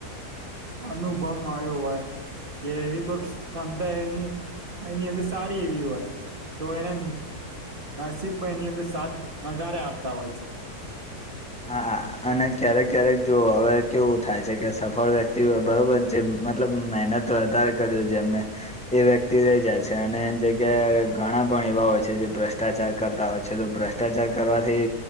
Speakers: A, on the right (about 35°); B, in the centre.
A: અનુભવ મળ્યો હોય. કે એવી કોઈક ક્ષમતા એની એની અંદર સારી એવી હોય. તો એને શભાઈ એની અંદર સાથ વધારે આપતા હોય છે.
B: હા અને ક્યારેક ક્યારેક જો હવે કેવું થાય છે કે સફળ વ્યક્તિ હો બરોબર જેમ મતલબ મહેનત વધારે કર જેમને એ વ્યક્તિ રહી જાય છે અને જગ્યાએ ઘણા પણ એવા હોય છે જે ભ્રષ્ટાચાર કરતા હોય છે તો ભ્રષ્ટાચાર કરવાથી